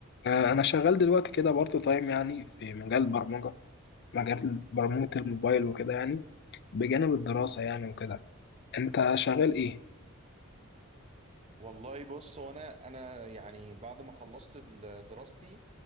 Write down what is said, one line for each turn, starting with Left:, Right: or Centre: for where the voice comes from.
Left: آه، أنا شغال دلوقتي كده بارت تايم يعني في مجال البرمجة مجال برمجة الموبايل وكده يعني بجانب الدراسة يعني وكده أنت شغال إيه؟
Right: والله بص هو انا انا يعني بعد ما خلصت ال- دراستي